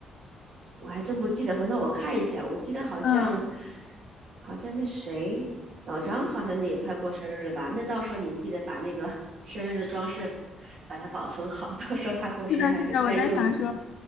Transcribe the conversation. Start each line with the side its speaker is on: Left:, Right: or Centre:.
Right: 我还真不记得，回头我看一下。我记得好像，
Left: <laughs> 嗯，
Right: 好像那谁，老张好像那也快过生日了吧？那到时候你记得把那个 <laughs> 生日的装饰，把它保存好，到时候他过生日还可以再用一次。
Left: 是的，是的，我在想说，